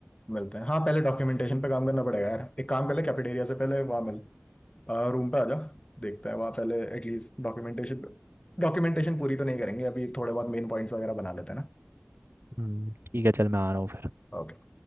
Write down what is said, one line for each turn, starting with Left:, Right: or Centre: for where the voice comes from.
Left: मिलते हैं हाँ पहले डॉक्यूमेंटेशन पे काम करना पड़ेगा यार एक काम कर ले कैफेटेरिया से पहले वहाँ मिल रूम पे आ जा देखते हैं वहाँ पहले एटलीस्ट डॉक्यूमेंटेशन डॉक्यूमेंटेशन पूरी तो नहीं करेंगे अभी थोड़े बहुत मेन पॉइंट्स वगैरह बना लेते हैं ना
Right: हम्म, ठीक है चल मैं आ रहा हूँ फिर
Left: ओके।